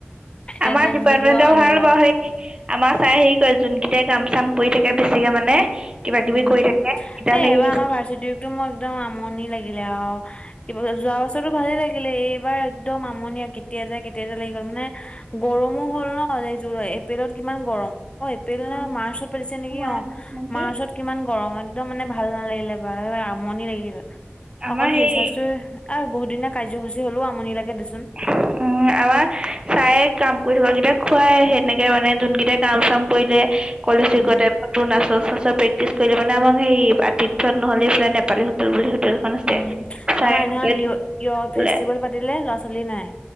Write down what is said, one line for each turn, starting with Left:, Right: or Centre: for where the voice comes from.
Left: এটেনডেঞ্চ
Right: আমাৰ ডিপাৰ্টমেণ্টৰ
Left: দিলো আৰু আহিলো
Right: ভাল বাৰু
Left: আৰু
Right: সেই আমাৰ ছাৰে হেৰি কৰে যোনগিটাই কাম চাম কৰি থাকে বেছিকে মানে কিবা কিবি
Left: উম
Right: কৰি থাকে এতিয়া
Left: এ
Right: হেৰি
Left: এইবাৰ আমাৰ ভাৰ্চিটি উইকটো মোৰ একদম আমনি লাগিলে আৰু। যোৱা বছৰটো ভালেই লাগিলে এইবাৰ একদম আমনী কেতিয়া যায় কেতিয়া যায় লাগি গ'ল মানে গৰমো হ'ল ন এপ্ৰিলত কিমান গৰম অ এপ্ৰিল
Right: উম
Left: নে মাৰ্চত পাতিছে নিকি
Right: আমাৰ
Left: অ
Right: কি
Left: মাৰ্চত কিমান গৰম। একদম মানে ভাল নালাগিলে এবাৰ। এবাৰ আমনি লাগিল।
Right: আমাৰ
Left: অকল ফ্ৰেছাৰ্ছটো
Right: হেৰি
Left: আৰু বহুতদিনীয়া কাৰ্যসূচী হ'লও আমনি লাগে দেচোন।
Right: উম। উম আমাৰ ছাৰে কাম কৰি থকা কেইটাক খুৱাই সেনেকে মানে যোনকেইটাই কাম চাম কৰিলে কলেজ
Left: উম
Right: উইকটে পাতো নাচৰ চাচৰ প্ৰেকটিছ কৰিলে মানে আমাক সেই আতিথ্য নহলে সেই নেপালী ডুবিল হোটেলখন আছে
Left: উম।
Right: ছাৰে
Left: আমাৰ হেদনাখন
Right: গোটাই
Left: ইৱথফেষ্টিভেল
Right: দি বোলে
Left: পাতিলে, ল'ৰা-ছোৱালী নাই।